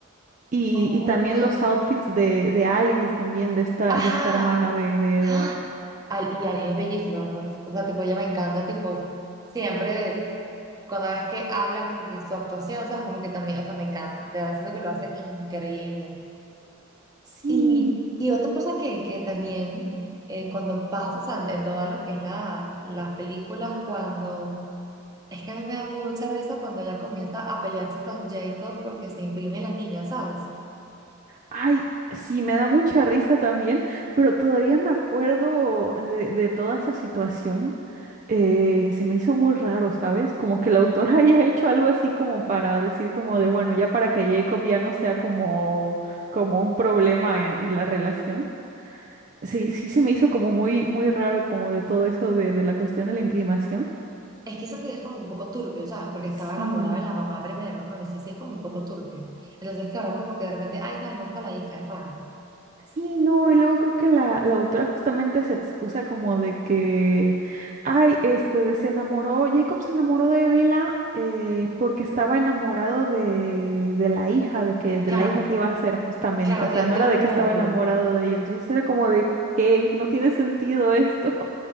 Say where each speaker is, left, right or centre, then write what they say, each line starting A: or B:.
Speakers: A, on the right; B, on the right.
A: Y,
B: Oh,
A: y también
B: ok.
A: los outfits de, de Alice, también de esta,
B: Ajá,
A: de esta hermana de, de Edward.
B: ¡ah! Al, y Ali es bellísima, pues. O sea, tipo, ella me encanta, tipo, siempre, cuando ves que habla, como que su actuación, o sea, es como que también, o sea, me encanta. Te da siento que lo hace increíble.
A: Sí,
B: Y, y otra cosa que, que también, eh, cuando pasa, o sea, en todo lo que es la, las películas, cuando, es que a mí me da mucha risa cuando ella comienza a pelearse con Jacob porque se imprime la niña, ¿sabes?
A: ay, sí, me da mucha risa también, pero todavía me acuerdo de, de toda esa situación. eh, se me hizo muy raro, ¿sabes? Como que la autora <laughs> haya hecho algo así como para decir como de, bueno, ya para que Jacob ya no sea como, como un problema en, en la relación. Sí, sí se me hizo como muy, muy raro como de todo eso de, de la cuestión de la imprimación.
B: Es que siento que es como un poco turbio, ¿sabes? Porque estaba
A: Sí.
B: enamorada de la mamá primero, ¿no? Entonces sí es como un poco turbio. Entonces que ahora como que de repente, ay, no, me gusta la hija, es raro.
A: Sí, no, y luego creo que la, la autora justamente se excusa como de que, ay, este, de- se enamoró, Jacob se enamoró de Bella eh, porque estaba enamorado de, de la hija, de que, de
B: Claro,
A: la hija que iba a ser justamente,
B: claro,
A: o sea,
B: de,
A: no
B: de
A: era
B: un
A: de que estaba
B: óvulo.
A: enamorado de ella, entonces era como de, ¿qué? No tiene sentido esto.